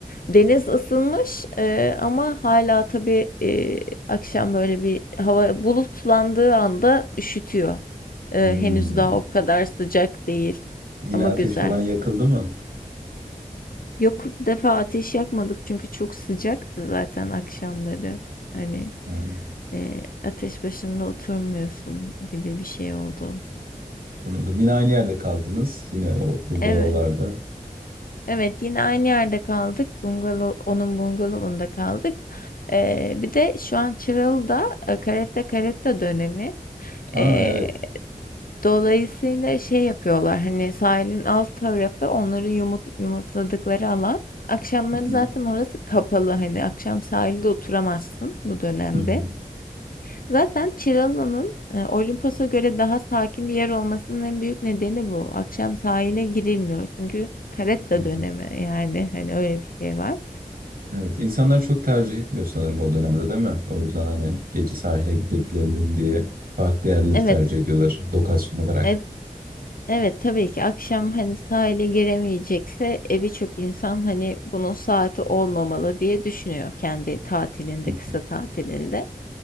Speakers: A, on the left (about 75°); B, on the right (about 85°).
A: Deniz ısınmış, eee, ama hala tabii, eee, akşam böyle bir hava bulutlandığı anda üşütüyor. Eee,
B: Hmm.
A: henüz daha o kadar sıcak değil
B: Yine
A: ama
B: ateş
A: güzel.
B: falan yakıldı mı?
A: Yok, bu defa ateş yakmadık çünkü çok sıcaktı zaten akşamları. Hani,
B: Yani,
A: eee, ateş başında oturmuyorsun gibi bir şey oldu.
B: anladım. Yine aynı yerde kaldınız. Yine o bungalovlarda.
A: Evet. Evet yine aynı yerde kaldık. Bungalov, onun bungalovunda kaldık. Ee, bir de şu an Çıralı'da e, Caretta Caretta dönemi.
B: Ha
A: Ee,
B: evet.
A: dolayısıyla şey yapıyorlar hani sahilin alt tarafı onların yumurt, yumurtladıkları alan. Akşamları
B: Hı
A: zaten
B: hı.
A: orası kapalı hani akşam sahilde oturamazsın bu dönemde.
B: Hı hı.
A: Zaten Çıralı'nın e, Olimpos'a göre daha sakin bir yer olmasının en büyük nedeni bu. Akşam sahile girilmiyor çünkü karetta
B: Hı hı.
A: dönemi yani hani öyle bir şey var.
B: Evet, insanlar çok tercih etmiyor sanırım o dönemde değil mi? O yüzden hani gece sahile gidebilelim diye farklı yerleri
A: Evet,
B: tercih ediyorlar lokasyon olarak.
A: et, Evet tabii ki akşam hani sahile giremeyecekse e, birçok insan hani bunun saati olmamalı diye düşünüyor kendi tatilinde
B: Hı hı.
A: kısa tatilinde.